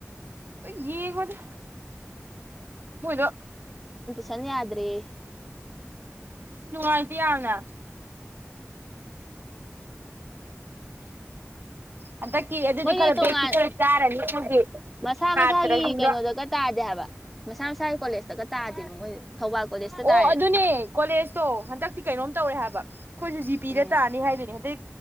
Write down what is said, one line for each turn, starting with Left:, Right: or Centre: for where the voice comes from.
Right: ꯌꯦꯉꯣꯏꯗ ꯍꯗꯣ
Centre: ꯁꯅꯤ꯭ꯔꯤ
Right: ꯅꯨꯡꯉꯥꯏꯇ ꯌꯥꯝꯅ ꯍꯟꯗꯛꯀꯤ ꯑꯗꯨꯗꯤ
Centre: ꯃꯣꯏꯗꯤ
Right: ꯈꯔ
Centre: ꯇꯣꯉꯥꯟ
Right: ꯕꯦꯛꯇꯤ ꯈꯔ ꯆꯥꯔꯅꯤ ꯍꯧꯖꯤꯛ
Centre: ꯃꯁꯥ
Right: ꯁꯥꯇ꯭ꯔꯁꯤꯡꯗꯣ
Centre: ꯃꯁꯥꯒꯤ ꯀꯩꯅꯣꯗꯒ ꯇꯥꯗꯦ ꯍꯥꯏꯕ ꯃꯁꯥ ꯃꯁꯥꯒꯤ ꯀꯣꯂꯦꯖꯇꯒ ꯇꯥꯗꯦꯕ ꯃꯣꯏ ꯊꯧꯕꯥꯜ ꯀꯣꯂꯦꯖꯇ
Right: ꯑꯣ
Centre: ꯇꯥꯏꯌꯦ
Right: ꯑꯗꯨꯅꯦ ꯀꯣꯂꯦꯖꯇꯣ ꯍꯟꯗꯛꯇꯤ ꯀꯩꯅꯣꯝ ꯇꯧꯔꯦ ꯍꯥꯏꯕ ꯑꯩꯈꯣꯏꯁꯨꯦ ꯖꯤꯄꯤꯤꯗ
Centre: ꯎꯝ
Right: ꯇꯥꯅꯤ ꯍꯥꯏꯗꯣꯏꯅꯦ ꯑꯗꯩ